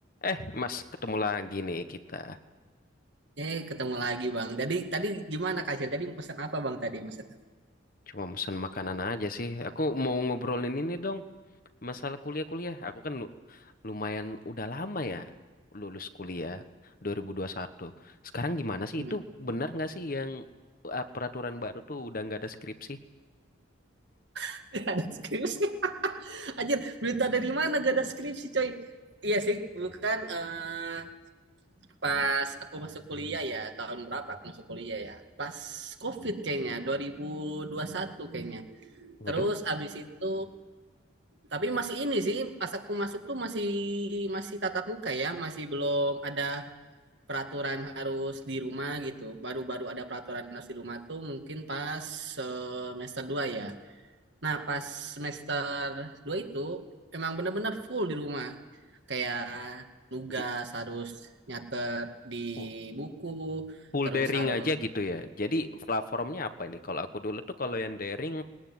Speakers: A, on the left; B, on the right.
A: Eh, Mas, ketemu lagi nih kita.
B: Eh, ketemu lagi Bang. Tadi tadi gimana Kak Acil? Tadi mesen apa Bang tadi mesen?
A: Cuma pesan makanan aja sih. Aku mau ngobrolin ini dong, masalah kuliah-kuliah. Aku kan lu- lumayan udah lama ya lulus kuliah dua ribu dua ribu satu. Sekarang gimana sih?
B: Hmm.
A: Itu benar nggak sih yang eh, peraturan baru tuh udah nggak ada skripsi?
B: <laughs> Gak ada skripsi. <laughs> Anjir, berita dari mana gak ada skripsi coy? Iya sih, dulu kan eh, pas aku masuk kuliah ya, tahun berapa aku masuk kuliah ya? Pas COVID kayaknya, 2021 kayaknya.
A: Waduh,
B: Terus abis itu, tapi masih ini sih, pas aku masuk tuh masih masih tatap muka ya, masih belum ada peraturan harus di rumah gitu. Baru-baru ada peraturan harus di rumah tuh mungkin pas semester 2 ya. Nah, pas semester 2 itu emang bener-bener full di rumah. Kayak nugas
A: j-
B: harus nyatet di
A: fu-
B: buku,
A: full
B: terus
A: daring
B: harus
A: aja gitu ya. Jadi platformnya apa ini? Kalau aku dulu tuh kalau yang daring